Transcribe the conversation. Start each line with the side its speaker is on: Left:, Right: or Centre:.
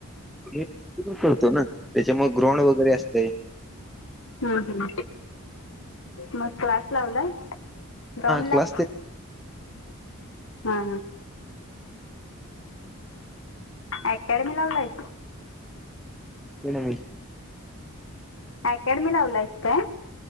Centre: तू पण करतो ना, त्याच्यामुळे ग्राऊंड वगैरे असते.
Left: हं हं.. मग क्लास लावलाय. गाउनला
Centre: क्लास
Left: हा
Centre: ते
Left: हा. अकॅडमी लावलायस.
Centre: ते नव्हे.
Left: अँकॅडमी लावलायस काय?